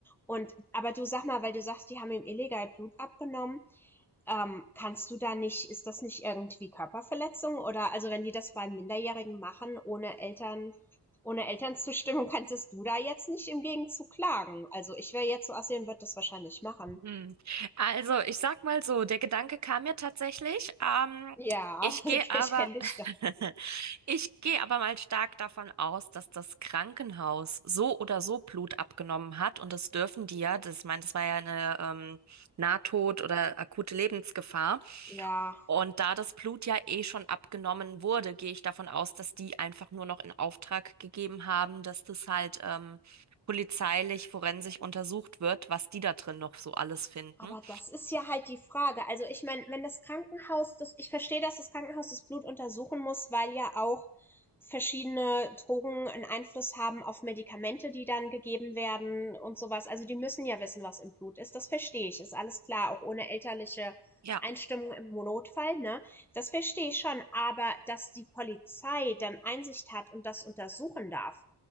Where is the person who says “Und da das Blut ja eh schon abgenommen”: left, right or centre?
Right